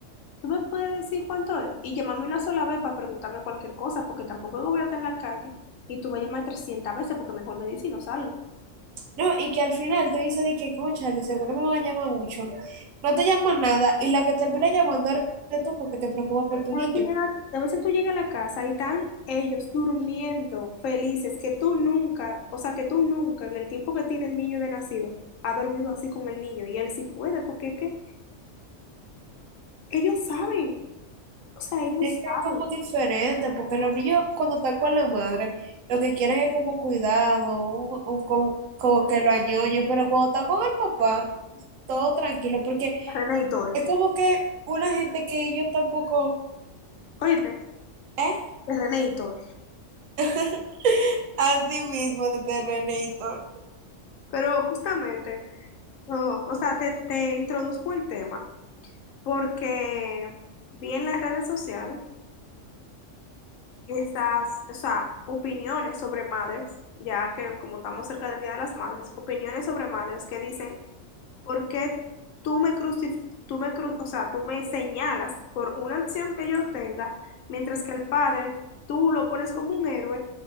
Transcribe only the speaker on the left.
tú me puedes decir cuánto es. Y llámame una sola vez para preguntarme cualquier cosa, porque tampoco yo voy a estar en la calle y tú vas a llamar trescientas veces, porque mejor me dices y no salgo.
A
veces, llega- a veces tú llegas a la casa y están ellos durmiendo felices, que tú nunca, o sea, que tú nunca en el tiempo que tiene el niño de nacido, ha dormido así con el niño. Y él sí puede, porque es que ellos saben, o sea, ellos
saben.
René y Tol.
Oíste,
René y Tol.
Pero justamente. No, o sea, te, te introduzco el tema porque vi en las redes sociales estas, o sea, opiniones sobre madres, ya que como estamos cerca del Día de las Madres, opiniones sobre madres que dicen, ¿por qué tú me crucif tú me cru- o sea, tú me señalas por una acción que yo tenga, mientras que el padre tú lo pones como un héroe,